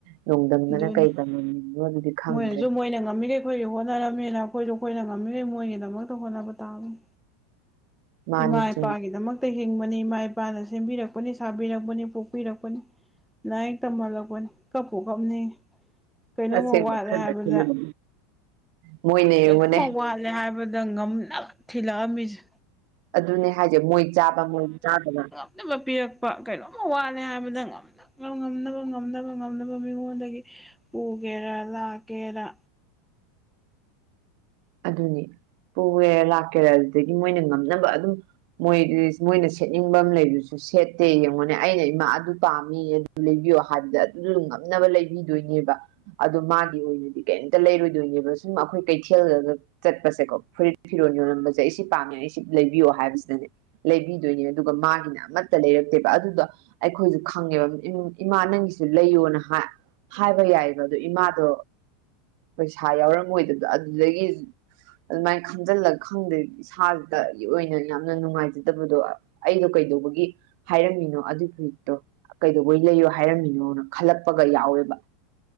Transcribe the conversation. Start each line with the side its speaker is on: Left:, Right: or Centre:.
Right: ꯅꯣꯡꯗꯝꯗꯅ
Centre: ꯑꯗꯨꯅꯤ
Right: ꯀꯩ ꯇꯝꯝꯅꯤꯡꯅꯣ ꯑꯗꯨꯗꯤ ꯈꯪꯗ꯭ꯔꯦ
Centre: ꯃꯣꯏꯅꯁꯨ ꯃꯣꯏꯅ ꯉꯝꯃꯤꯔꯦ ꯑꯩꯈꯣꯏꯒꯤ ꯍꯣꯠꯅꯔꯝꯃꯤꯅ ꯑꯩꯈꯣꯏꯁꯨ ꯑꯩꯈꯣꯏꯅ ꯉꯝꯃꯤꯈꯩ ꯃꯣꯏꯒꯤꯗꯃꯛꯇ ꯍꯣꯠꯅꯕ ꯇꯥꯕꯅꯤ
Right: ꯃꯥꯅꯤ
Centre: ꯏꯃꯥ
Right: ꯆꯨꯝꯃꯤ
Centre: ꯏꯄꯥꯒꯤꯗ ꯃꯒ ꯛꯇ ꯍꯤꯡꯕꯅꯤ ꯏꯃꯥ ꯏꯄꯥꯅ ꯁꯦꯝꯕꯤꯔꯛꯄꯅꯤ ꯁꯥꯕꯤꯔꯛꯄꯅꯤ ꯄꯣꯛꯄꯤꯔꯛꯄꯅꯤ ꯂꯅꯥꯏꯛ ꯇꯝꯍꯜꯂꯛꯄꯅꯤ ꯀꯞꯄꯨ ꯀꯞꯅꯤ ꯀꯩꯅꯣꯝꯃ
Right: ꯑꯁꯦꯡꯕ
Centre: ꯋꯥꯠꯂꯦ
Right: ꯈꯟꯅ
Centre: ꯍꯥꯏꯕꯗ
Right: ꯈꯜꯂꯨꯕꯅꯤ ꯃꯣꯏꯅ
Centre: ꯀꯩꯅꯣꯝꯃ
Right: ꯌꯦꯡꯉꯨꯅꯦ
Centre: ꯋꯥꯠꯂꯦ ꯂ ꯍꯥꯏꯕꯗ ꯉꯝꯅ ꯊꯤꯜꯂꯛꯑꯝꯃꯤꯁꯦ
Right: ꯑꯗꯨꯅꯦ ꯍꯥꯏꯁꯦ ꯃꯣꯏ ꯆꯥꯕ ꯃꯣꯏ ꯆꯥꯗꯅ
Centre: ꯈꯠꯅꯕ ꯄꯤꯔꯛꯄ ꯀꯩꯅꯣꯝꯃ ꯋꯥꯠꯂꯦ ꯍꯥꯏꯕꯗ ꯉꯝꯅꯕ ꯉꯝꯅꯕ ꯉꯝꯗ ꯑꯗꯨꯒ ꯃꯤꯉꯣꯟꯗꯒꯤ ꯄꯨꯒꯦꯔꯥ ꯂꯥꯛꯀꯦꯔ
Right: ꯑꯗꯨꯅꯤ ꯄꯨꯋꯦꯔ ꯂꯥꯛꯀꯦꯔꯥ ꯑꯗꯨꯗꯒꯤ ꯃꯣꯏꯅ ꯉꯝꯅꯕ ꯑꯗꯨꯝ ꯃꯣꯏ ꯃꯣꯏꯅ ꯁꯦꯠꯅꯤꯡꯕ ꯂꯩꯕꯁꯨ ꯁꯦꯠꯇꯦ ꯌꯦꯡꯉꯣꯅꯦ ꯑꯩꯅ ꯏꯃꯥ ꯑꯗꯨ ꯄꯥꯝꯃꯤ ꯂꯩꯕꯤꯌꯣ ꯍꯥꯏꯕꯗ ꯑꯗꯨꯝ ꯂꯨꯉꯝꯅꯕ ꯂꯩꯕꯤꯗꯣꯏꯅꯦꯕ ꯑꯗꯣ ꯃꯥꯒꯤ ꯑꯣꯏꯅꯗꯤ ꯀꯩꯇ ꯂꯩꯔꯣꯏꯗꯣꯏꯅꯦꯕ ꯁꯨꯝ ꯑꯩꯈꯣꯏ ꯀꯩꯊꯦꯜ ꯊꯦꯜꯂꯒ ꯆꯠꯄꯁꯦꯀꯣ ꯐꯨ ꯐꯤꯔꯣꯟ ꯌꯣꯜꯂꯝꯕꯁꯦ ꯑꯩ ꯁꯤ ꯄꯥꯝꯃꯦ ꯑꯩ ꯁꯤ ꯂꯩꯕꯤꯌꯣ ꯍꯥꯏꯕꯁꯤꯗꯅꯦ ꯂꯩꯕꯤꯗꯣꯏꯅꯦ ꯑꯗꯨꯒ ꯃꯥꯒꯤꯅ ꯑꯃꯠꯇ ꯂꯩꯔꯛꯇꯦꯕ ꯑꯗꯨꯗꯣ ꯑꯩꯈꯣꯏꯁꯨ ꯈꯪꯉꯦꯕ ꯏꯃꯥ ꯅꯪꯒꯤꯁꯨ ꯂꯩꯌꯣꯅ ꯍꯥꯏ ꯍꯥꯏꯕ ꯌꯥꯏꯕ ꯑꯗꯨ ꯏꯃꯥꯗꯣ ꯄꯩꯁꯥ ꯌꯥꯎꯔꯝꯃꯣꯏꯗꯕꯗꯣ ꯑꯗꯨꯗꯒꯤ ꯑꯗꯨꯃꯥꯏꯅ ꯈꯪꯖꯤꯜꯂꯒ ꯈꯪꯗꯦꯗꯤ ꯏꯁꯥꯗ ꯑꯣꯏꯅ ꯌꯥꯝꯅ ꯅꯨꯡꯉꯥꯏꯖꯗꯕꯗꯣ ꯑꯩꯗꯣ ꯀꯩꯗꯧꯕꯒꯤ ꯍꯥꯏꯔꯝꯃꯤꯅꯣ ꯑꯗꯨꯒꯤꯨꯠꯇꯣ ꯀꯩꯗꯧꯕꯩ ꯂꯩꯌꯣ ꯍꯥꯏꯔꯝꯃꯤꯅꯣꯅ ꯈꯜꯂꯛꯄꯒ ꯌꯥꯎꯋꯦꯕ